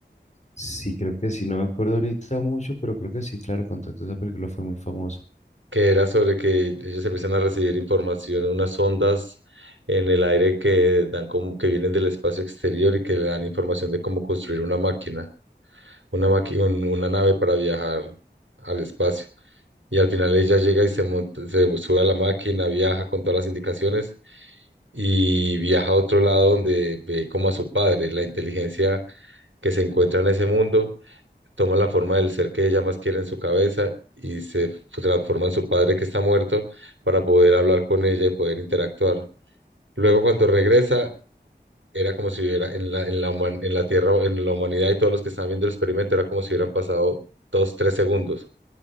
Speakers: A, on the left; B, on the right.
A: Sí, creo que sí, no me acuerdo ahorita mucho, pero creo que sí, claro, Contacto, esa película fue muy famosa.
B: que era sobre que ellos empiezan a recibir información en unas ondas en el aire que dan como que vienen del espacio exterior y que le dan información de cómo construir una máquina, una maqui- un- una nave para viajar al espacio. Y al final ella llega y se monta, se sube a la máquina, viaja con todas las indicaciones y viaja a otro lado donde ve como a su padre, la inteligencia que se encuentra en ese mundo toma la forma del ser que ella más quiere en su cabeza y se transforma en su padre que está muerto para poder hablar con ella y poder interactuar. Luego cuando regresa, era como si hubiera en la, en la, human- en la Tierra, en la humanidad y todos los que estaban viendo el experimento, era como si hubieran pasado dos, tres segundos.